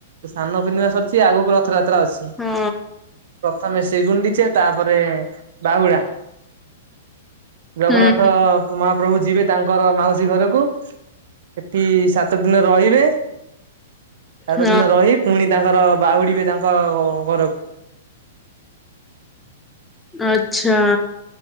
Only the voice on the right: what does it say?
ସ୍ନାନ ପୂର୍ଣ୍ଣିମା ସରିଛି ଆଗକୁ ରଥଯାତ୍ରା। ଯାତ୍ରା ଅଛି
ପ୍ରଥମେ ଶ୍ରୀଗୁଣ୍ଡିଛେ ତାପରେ ବାହୁଡ଼ା, ଜଗନ୍ନାଥ
ମହା ପ୍ରଭୁ, ଯିବେ ତାଙ୍କର ମାଉସୀ ଘରକୁ, ସେଠି ସାତ ଦିନ ରହିବେ। ସାତ
ଦିନ ରହି ପୁଣି, ତାଙ୍କର ବାହୁଡିିବେ ତାଙ୍କ ଘରକୁ।